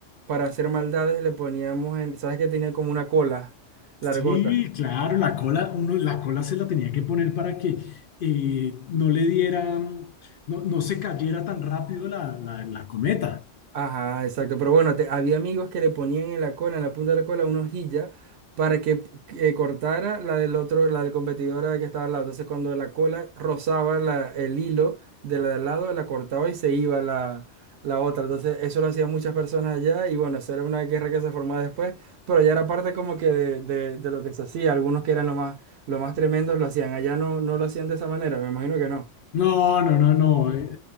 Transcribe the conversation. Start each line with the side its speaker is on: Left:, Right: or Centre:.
Right: para hacer maldades, le poníamos en, ¿sabes que tenía como una cola
Left: Sí,
Right: largota?
Left: claro, la cola, uno, la cola se la tenía que poner para que eh, no le diera, no, no se cayera tan rápido la, la, la cometa.
Right: Ajá, exacto. Pero bueno, te- había amigos que le ponían en la cola, en la punta de la cola, una hojilla para que eh, cortara la del otro, la del competidora que estaba al lado. Entonces, cuando la cola rozaba la- el hilo de la de al lado, la cortaba y se iba la, la otra. Entonces, eso lo hacían muchas personas allá y bueno, eso era una guerra que se formaba después, pero ya era parte como que de, de- de lo que se hacía. Algunos que eran lo más, lo más tremendos lo hacían. Allá no, no lo hacían de esa manera, me imagino que no.
Left: No, no, no, no. <laughs> eh,